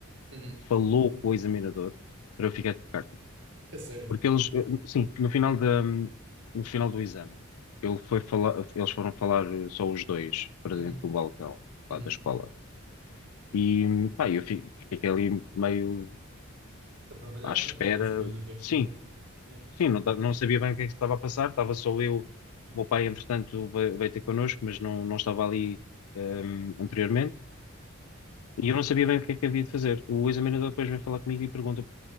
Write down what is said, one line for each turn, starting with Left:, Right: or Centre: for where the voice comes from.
Right: Uhum.
Left: falou com o examinador para eu ficar com a carta.
Right: A sério.
Left: Porque eles, eh, sim, no final da, no final do exame, ele foi falar, eles foram falar eh, só os dois para
Right: Uhum,
Left: dentro do balcão
Right: uhum,
Left: lá da escola. E pá, eu fi- fiquei ali meio
Right: Para trabalhar
Left: à espera.
Right: mesmo, não não sabias o que é
Left: Sim,
Right: que tinha.
Left: sim, não, ta- não sabia bem o que é que se estava a passar, estava só eu. O meu pai, entretanto, veio, veio ter connosco, mas não, não estava ali, ehm, anteriormente. E eu não sabia bem o que é que havia de fazer. O examinador depois vem falar comigo e pergunta,